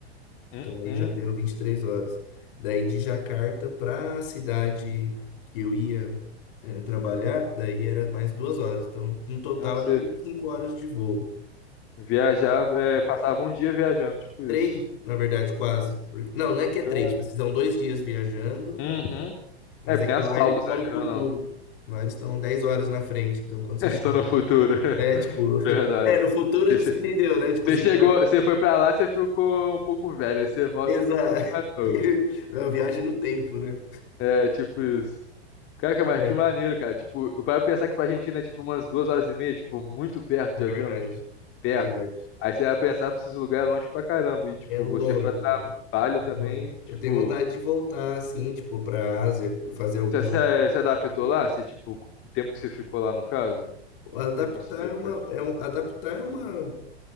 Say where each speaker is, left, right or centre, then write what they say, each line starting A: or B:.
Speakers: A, on the left; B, on the left.
A: Hum,
B: então aí
A: hum.
B: já deu 23 horas. Daí de Jacarta pra cidade que eu ia é, trabalhar, daí era mais 2 horas, então no total
A: Nossa, você
B: era 25 horas de voo.
A: viajava, é, passava um dia viajando, tipo isso.
B: Três, na verdade, quase. Porque- Não, não é que é
A: Cara-
B: três, tipo, vocês são dois dias viajando,
A: Uhum.
B: mas
A: É, porque
B: é
A: tem
B: que
A: as
B: lá
A: pausas,
B: eles estão
A: né,
B: no
A: querendo
B: futuro.
A: ou não.
B: Lá eles estão 10 horas na frente. Então, quando você
A: <laughs>
B: chega.
A: Só no futuro. <laughs>
B: É, tipo. <laughs>
A: Verdade.
B: É, no futuro
A: Você
B: você
A: che-
B: entendeu, né? Tipo
A: você
B: assim,
A: chegou,
B: quando é.
A: você foi pra lá, você ficou um pouco velho. Aí você volta,
B: Exato.
A: você ficou um pouco mais
B: <laughs>
A: novo.
B: É uma viagem no tempo, né?
A: É, tipo isso. Caraca, mas
B: É,
A: que maneiro, cara. Tipo, eu para pensar que pra Argentina é tipo umas duas horas e meia, tipo, muito perto
B: é
A: de
B: verdade.
A: avião, tipo, perto.
B: Verdade.
A: Aí você vai pensar pra esses lugares longe pra caramba. E, tipo,
B: É longe,
A: você foi a
B: mano.
A: trabalho
B: É
A: também,
B: longe.
A: tipo,
B: Eu tenho vontade de voltar, assim, tipo, pra Ásia, fazer alguns.
A: você se se adaptou lá? Você, tipo, o tempo que você ficou lá, no caso?
B: Adaptar
A: Você conseguiu
B: é uma.
A: ficar de...
B: É um... Adaptar é uma.